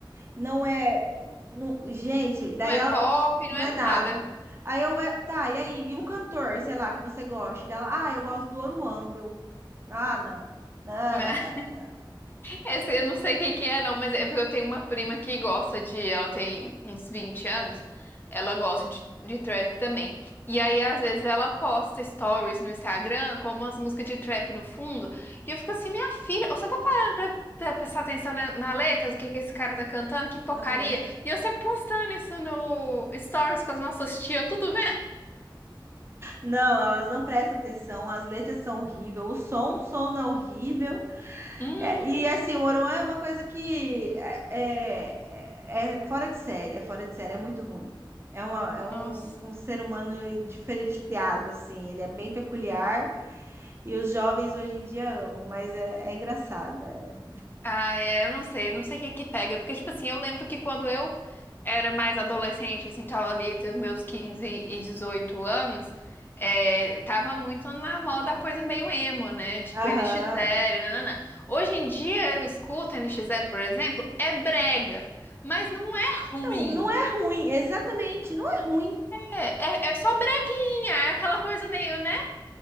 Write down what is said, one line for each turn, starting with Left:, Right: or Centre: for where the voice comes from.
Right: não é. não- gente, daí
Left: Não é
Right: a-
Left: pop,
Right: não
Left: não é
Right: é nada.
Left: nada.
Right: Aí eu. é, Tá, e aí? E um cantor, sei lá, que você gosta dela? Ah, eu gosto do oruando ah, não. Não,
Left: né?
Right: não, não, não, não. Não
Left: Esse, eu não sei quem que é, não, mas é porque eu tenho uma prima que gosta de. Ela tem uns 20 anos. Ela gosta de, de trap também. E aí, às vezes, ela posta stories no Instagram com umas músicas de trap no fundo. E eu fico assim, minha filha, você tá parando pra, pra prestar atenção na, na letra do que que esse cara tá cantando? Que porcaria!
Right: Não presta.
Left: E você postando isso no stories com as nossas tias, tudo vendo?
Right: Não, elas não prestam atenção, as letras são horríveis, o som, o som é horrível.
Left: Uhum.
Right: É, e assim, o Oruan é uma coisa que é, é, é é fora de série, é fora de série, é muito ruim. É, uma, é um,
Left: Nossa.
Right: um ser humano diferenciado, assim, ele é bem peculiar e os jovens hoje em dia amam, mas é, é engraçado. É.
Left: Ah, é, eu não sei, não sei o que que pega, porque, tipo assim, eu lembro que quando eu era mais adolescente, assim, tava ali entre os meus 15 e 18 anos, é, tava muito na moda a coisa meio emo, né? Tipo
Right: Aham.
Left: N NX Zero, nananã. Hoje em dia eu escuto N NX Zero, por exemplo, é brega, mas não é ruim.
Right: Não, não é ruim, exatamente, não é ruim.
Left: É, é, é só breguinha, é aquela coisa meio, né?